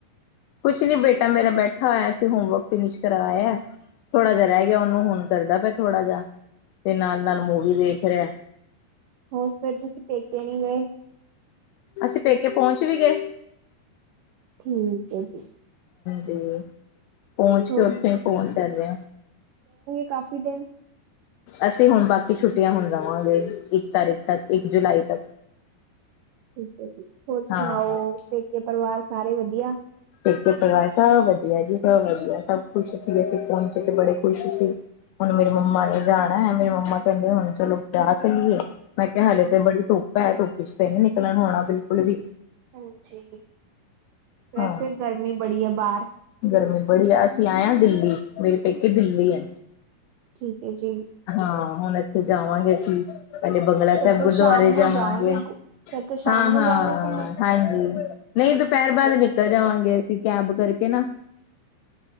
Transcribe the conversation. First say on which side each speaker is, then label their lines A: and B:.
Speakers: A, on the left (about 85°); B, on the right (about 85°).
A: ਕੁਛ ਨੀ ਬੇਟਾ ਮੇਰਾ ਬੈਠਾ ਹੋਇਆ ਅਸੀਂ ਹੋਮਵਰਕ ਫਿਨਿਸ਼ ਕਰਵਾਇਆ ਥੋੜਾ ਜਹਾ ਰਹਿ ਗਿਆ ਉਹਨੂੰ ਹੁਣ ਕਰਦਾ ਪਿਆ ਥੋੜਾ ਜਿ ਤੇ ਨਾਲ ਨਾਲ ਮੂਵੀ ਦੇਖ ਰਿਹਾ
B: ਹੋਰ ਫੇਰ ਤੁਸੀਂ ਪੇਕੇ ਨਹੀਂੀ ਗਏ
A: ਅਸੀਂ ਪੇਕੇ ਪਹੁੰਚ ਵੀ ਗਏ
B: ਠੀਕ ਹੈ ਜੀ
A: ਤੇ ਪਹੁੰਚ ਕੇ
B: ਹੋਰ
A: ਉੱਥੇ ਫੋਨ ਕਰਦੇ ਆ
B: ਕਾਫੀ ਦਿਨ
A: ਅਸੀਂ ਹੁਣ ਬਾਕੀ ਛੁੱਟੀਆਂ ਹੁਣ ਜਾਵਾਂਗੇ ਇੱਕ ਤਾਰੀਖ ਤੱਕ ਇੱਕ ਜੁਲਾਈ ਤੱਕ
B: ਠੀਕ ਹੈ ਜੀ, ਹੋਰ
A: ਹਾਂ
B: ਸੁਣਾਓ ਪੇਕੇ ਪਰਿਵਾਰ ਸਾਰੇ ਵਧੀਆ
A: ਠੇਕੇ ਪਰਵ ਸਭ ਵਧੀਆ ਜੀ ਸਭ ਵਧੀਆ ਸਭ ਖੁਸ਼ ਸੀ ਅਸੀਂ ਪਹੁੰਚ ਤੇ ਬੜੇ ਖੁਸ਼ ਸੀ ਹੁਣ ਮੇਰੇ ਮੰਮਾ ਨੇ ਜਾਣਾ ਹੈ ਮੇਰੇ ਮੰਮਾ ਕਹਿੰਦੇ ਹੁਣ ਚਲੋ ਵਿਆਹ ਚੱਲੀਏ ਮੈਂ ਕਿਹਾ ਹਾਲੇ ਤੇ ਬੜੀ ਧੁੱਪ ਹੈ ਧੁੱਪ ਚ ਤੇ ਨੀ ਨਿਕਲਣ ਹੋਣਾ ਬਿਲਕੁਲ ਵੀ
B: ਹਾਂਜੀ ਵੈਸੇ
A: ਹਾਂ
B: ਗਰਮੀ ਬੜੀ ਹੈ ਬਾਹਰ
A: ਗਰਮੀ ਬੜੀ ਆ ਅਸੀਂ ਆਏ ਹਾਂ ਦਿੱਲੀ ਮੇਰੇ ਪੇਕੇ ਦਿੱਲੀ ਆ
B: ਠੀਕ ਹੈ ਜੀ
A: ਹਾਂ ਹੁਣ ਇੱਥੇ ਜਾਵਾਂਗੇ ਅਸੀਂ ਪਹਿਲੇ ਬੰਗਲਾ
B: ਫਿਰ
A: ਸਾਹਿਬ
B: ਤਾਂ
A: ਗੁਰਦੁਆਰੇ
B: ਸ਼ਾਮ ਨੂੰ
A: ਜਾਵਾਂਗੇ
B: ਜਾਓਗੇ ਫਿਰ ਤਾਂ ਸ਼ਾਮ
A: ਹਾਂ
B: ਨੂੰ
A: ਹਾਂ
B: ਜਾਓਗੇ ਘੁੰਮਣ
A: ਹਾਂਜੀ ਨਹੀਂ ਦੁਪਹਿਰ ਬਾਅਦ ਨਿਕਲ ਜਾਵਾਂਗੇ ਅਸੀਂ ਕੈਬ ਕਰਕੇ ਨਾ